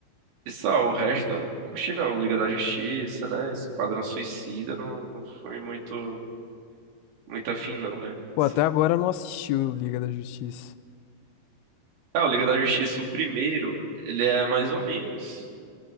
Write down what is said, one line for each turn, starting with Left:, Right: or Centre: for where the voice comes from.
Right: E só, o resto eu não curti não. Liga da Justiça, né? Esquadrão Suicida não, não foi muito, muito afim não, né?
Left: Pô,
Right: Assim.
Left: até agora eu não assisti o Liga da Justiça.
Right: Ah, o Liga da Justiça, o primeiro, ele é mais ou menos.